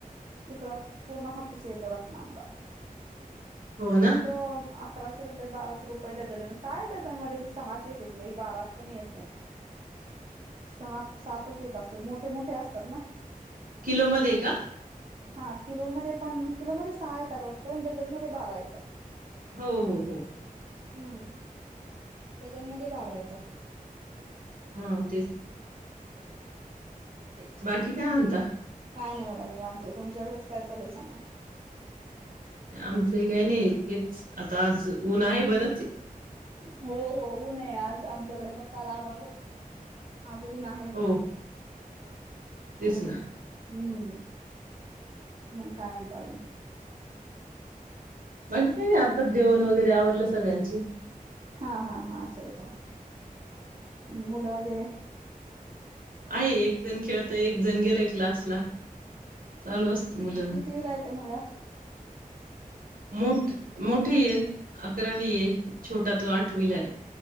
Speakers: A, on the right; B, on the right.
A: इकड पूर्ण हापूस येतो रत्ना आंबा....
B: हो ना.
A: पण तो अकराशे रुपये बाराशे रुपये डझन आणि काय डझन मध्येबी सहाच येत्यात लई बारापण येत नाहीत.... सहा सातच येत असतील मोट त्यानं ते असतात ना.
B: किलो मध्ये का?
A: हा किलो मध्ये पण किलो मध्ये सहा येतात वाटतय आणि ड जण मध्ये बारा येतात.
B: हो हो हो
A: हम डझनमध्ये बारा येतात.
B: हम्म तेच
A: तेच
B: बाकी काय म्हणता?
A: काय नाही बघा निवांत आहे तुमच्याकडेच काय चाललय सांगा.
B: आमचंही काय नाही तेच अता आज उन आहे. बर
A: हो हो ऊन आहे आज आमच्याकडे पण काल आभाळ होत. आज ऊन आहे बघ.
B: हो
A: <inaudible>
B: तेच
A: हो
B: ना
A: हम्म मंग काय म्हणतात?
B: वन अ आत्ताच जेवण वगैरे आवरल सगळ्याची.
A: हा हा हा असं आहे का मुलं वगैरे
B: आहे एक एकजण खेळतोय, एकजण गेलय. क्लासला चालू असत मुलं
A: कितविला आहे तो मुलगा
B: मोठ-मोठी येत अकरावीए छोटा तो आठवीला आहे.